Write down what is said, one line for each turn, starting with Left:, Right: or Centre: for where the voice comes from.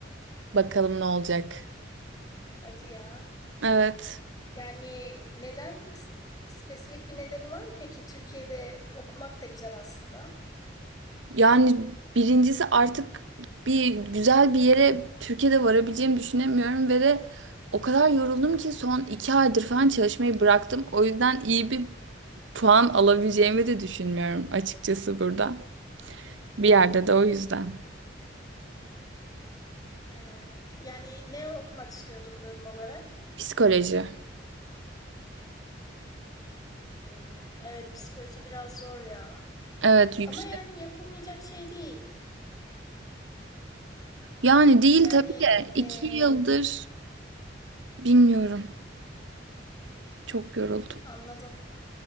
Right: Bakalım ne olacak.
Left: Hadi ya.
Right: Evet.
Left: Yani neden? S- Spesifik bir nedeni var mı peki? Türkiye'de okumak da güzel aslında.
Right: Yani birincisi artık bir güzel bir yere Türkiye'de varabileceğimi düşünemiyorum ve de o kadar yoruldum ki son iki aydır falan çalışmayı bıraktım. O yüzden iyi bir puan alabileceğimi de düşünmüyorum açıkçası burada. Bir yerde de o yüzden.
Left: Hmm. Yani ne okumak istiyordun bölüm olarak?
Right: Psikoloji.
Left: Hmm, evet psikoloji biraz zor ya.
Right: Evet yüksek.
Left: Ama yani yapılmayacak şey değil.
Right: Yani değil
Left: Yani
Right: tabii de iki
Left: eee,
Right: yıldır bilmiyorum. Çok yoruldum.
Left: anladım.